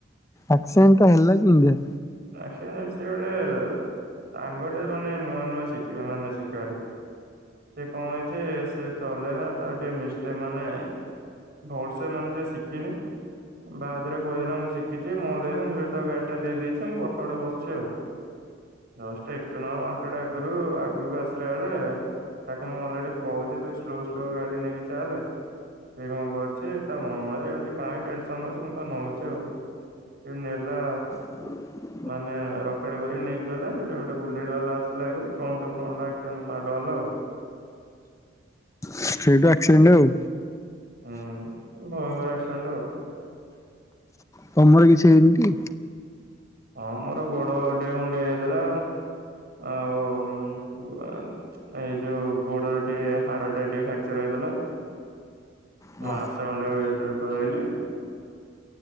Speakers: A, on the left; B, on the right.
A: ଆକ୍ସିଡେଣ୍ଟ ଟା ହେଲା କେମିତି?
B: ଆକ୍ସିଡେଣ୍ଟ ସିଏ ଗୋଟେ ସାଙ୍ଗଟେ ମାନେ ନୂଆ ନୂଆ ଶିକ୍ ମାନେ ଶିକାଳି ସେ କଣ ହେଇଚି ସେ ଚଲେଇଲା ତାର ଟିକେ ମିଷ୍ଟେକ୍ ମାନେ ଭଲସେ ମାନେ ସେ ଶିିକିନି ବାହାଦୁରରେ କହିଦେଲା ମୁଁ ଶିଖିଛି ମୋତେ ଦେଇଦେ ମୁଁ ସେଇଠୁ ତାକୁ ଗାଡି ଟା ଦେଇ ଦେଇଛି ମୁଁ ପଛ ପଟେ ବସିଛି ଆଉ ଜଷ୍ଟ ଏକ ନମ୍ବର୍ ମାର୍କେଟ ଆଗରୁ ଆଗକୁ ଆସିଲା ବେଳେ ଆଉ ତାକୁ ମୁଁ ଅଲରେଡି କହୁଛି ତୁ ସ୍ଲୋ ସ୍ଲୋ ଗାଡି ନେଇକି ଚାଲେ ସେ କଣ କରୁଛି ତା ମନରେ କହୁଚି କାଇଁ ସେ ଟେନ୍ ସନ ନଉଛି ମୁ ତ ନଉଛି ଆଉ ଏ ନେଲା
A: ହଁ।
B: ମାନେ ରକେଟ୍ କରିକି ନେଇକି ଗଲା ସେଇଠୁ ଗୋଟେ ବୁଲେଟ୍ ବାଲା ଆସିଲା ଆଗରୁ ଫ୍ରଣ୍ଟ ଟୁ ଫ୍ରଣ୍ଟ୍ ଆକ୍ସି ମାଡ଼ ହେଲା ଆଉ।
A: ସେଇଠୁ ଆକ୍ସିଡେଣ୍ଟ ଆଉ।
B: ହୁଁ ଭୟଙ୍କର ଆକ୍ସିଡେଣ୍ଟ ଆଉ।
A: ତମର କିଛି ହେଇନି ଟି?
B: ହଁ ମୋର ଗୋଡ ଟିକେ ଖଣ୍ଡିଆ ହେଇଯାଇଥିଲା ଆଉ ଏଇ ଯୋଉ ଗୋଡର ଟିକେ ହାଡ ଟା ଟିକେ ଫ୍ରାକ୍ଚର ହେଇଯାଇଥିଲା।
A: ଆଉ
B: ମାସେ ଖଣ୍ଡେ ବେଡ୍ ରେ ପଡ଼ିଲି ଆଉ।